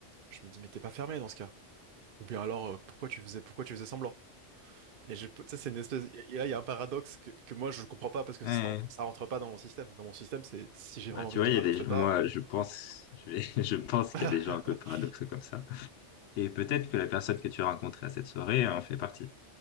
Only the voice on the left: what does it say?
Ouais.
Bah,
tu
vois,
il
y a des,
moi, je pense, je vais- <laughs> je pense
qu'il y a des gens un peu paradoxaux comme ça. Et peut-être que la personne que tu as rencontrée à cette soirée en fait partie.